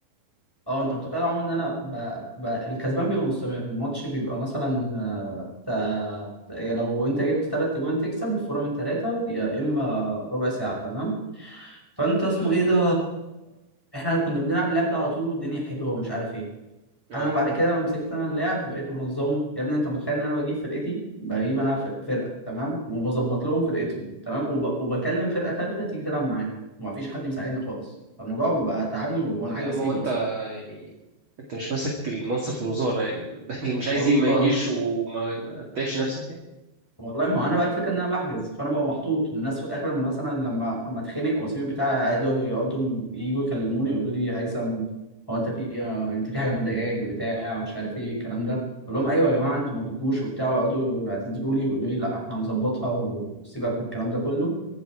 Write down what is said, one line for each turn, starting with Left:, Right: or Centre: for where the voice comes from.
Centre: أه أنت متخيل يا عمر إن أنا ب... ب... الكسبان بيبقى مستمر الماتش بيبقى مثلا آه، تا... تا- لو أنت جبت تلات أجوان تكسب الفورة من تلاتة يا إما ربع ساعة تمام فانت اسمه ايه ده احنا كنا بنلعب اللعب ده على طول والدنيا حلوه ومش عارف ايه
Right: اه
Centre: انا بعد كده لما مسكت انا اللعب بقيت بنظمه يا ابني انت متخيل ان انا بجيب فرقتي بجيب انا ف- فرقه تمام وبظبط لهم فرقتهم تمام وب... وبكلم فرقه ثالثه تيجي تلعب معايا ومفيش حد بيساعدني خالص فالموضوع بقى تعبني وانا
Right: طب
Centre: عايز
Right: يا عم
Centre: اسيبه
Right: هو انت
Centre: اصلا
Right: يعني انت مش ماسك المنصب في الوزارة يعني <laughs> اللي مش عايز
Centre: والله
Right: يجي ما يجيش وما ما تتعبش نفسك يعني
Centre: والله ما هو انا بقى الفكره ان انا بحجز فانا ببقى محطوط والناس في الاخر لما مثلا لما اما اتخانق واسيب البتاع عادي يقعدوا يجوا يكلموني يقولوا لي هيثم هو انت في آه، انت في حاجه مضايقاك بتاع ومش عارف ايه الكلام ده اقول لهم ايوه يا جماعه انتوا ما بتجوش وبتاع ويقعدوا يعتذروا لي ويقولوا لي لا احنا هنظبطها وسيبك من الكلام ده كله